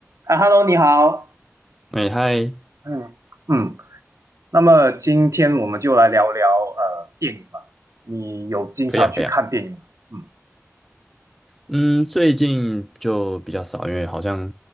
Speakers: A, on the right (about 80°); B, in the centre.
A: 啊，Hello，你好。
B: 哎嗨，
A: 嗯嗯，那么今天我们就来聊聊呃电影吧。你有经常去看电影吗？
B: 可以啊，可以啊。
A: 嗯
B: 嗯，最近就比较少，因为好像，